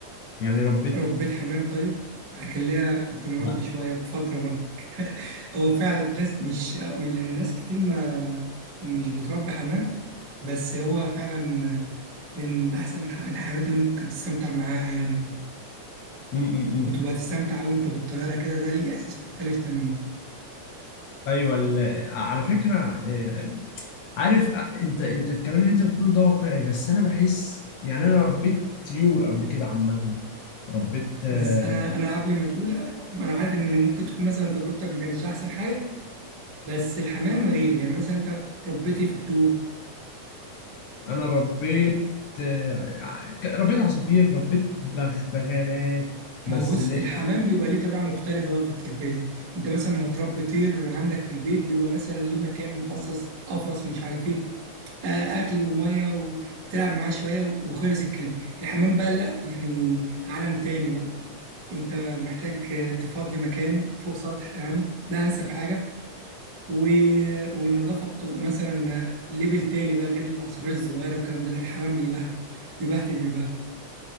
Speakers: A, on the left; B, on the right.
A: يعني ربيت
B: ربيت حمام طيب انا كان ليا كنت مربي
A: لا
B: شويه بفتره برضك <laughs> هو فعلا الناس مش آه، يعني الناس كتير ما مش بتربي حمام بس هو فعلا من احسن الح- الحيوانات اللي ممكن تستمتع معاها يعني
A: م -م
B: وتبقى
A: -م.
B: تستمتع وانت بالطياره كده ده ليه احساس مختلف تماما
A: ايوه ال- على فكره آه، عارف آه، انت انت الكلام اللي انت بتقوله ده واقعي بس انا بحس يعني انا ربيت طيور قبل كده عامة ربيت آه،
B: بس انا انا قبل ما تقول انا عارف ان ممكن تكون مثلا تجربتك ما كانتش احسن حاجه بس الحمام غير يعني مثلا انت ربيتي في الطيور
A: انا ربيت آه، ع- ربيت عصافير ربيت بغ- بغانات بس
B: ما هو بص
A: اللي هي
B: الحمام بيبقى ليه طبيعة مختلفة بقى في التربية انت مثلا لو هتربي طير عندك في البيت بيبقى مثلا ليه مكان مخصص قفص مش عارف ايه آه، اكل وميه و- وتلعب معاه شوية و- وخلص الكلام الحمام بقى لا يعني عالم تاني بقى انت محتاج آه، تفضي مكان فوق سطح يعني ده انسب حاجة و... والنظافة بتبقى مثلا آه، ليفل تاني بقى غير العصافير الصغيرة والكلام ده لا الحمام بيبهدل بيبهدل بيبهدل